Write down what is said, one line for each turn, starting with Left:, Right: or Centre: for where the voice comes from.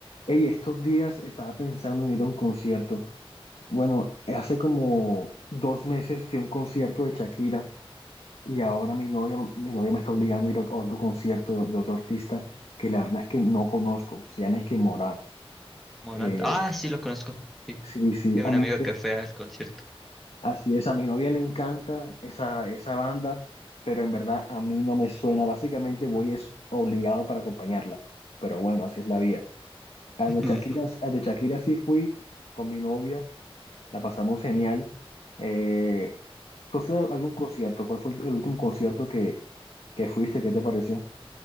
Left: Hey, estos días estaba pensando en ir a un concierto. Bueno, hace como dos meses fui a un concierto de Shakira y ahora mi novia, mi novia me está obligando a ir a otro concierto de, de otro artista que la verdad es que no conozco. Se llama es que Morat.
Centre: Morata.
Left: Eh,
Centre: Ah, sí, lo conozco. Sí,
Left: sí, sí,
Centre: tengo
Left: a
Centre: un
Left: mí,
Centre: amigo Sí. que fue al concierto.
Left: así es, a mi novia le encanta esa, esa banda, pero en verdad a mí no me suena. Básicamente voy es obligado para acompañarla, pero bueno, así es la vida. Al
Centre: <laughs>
Left: de Shakira, al de Shakira sí fui con mi novia la pasamos genial. Eh, ¿tú has ido a algún concierto? ¿Cuál fue el último concierto que, que fuiste? ¿Qué te pareció?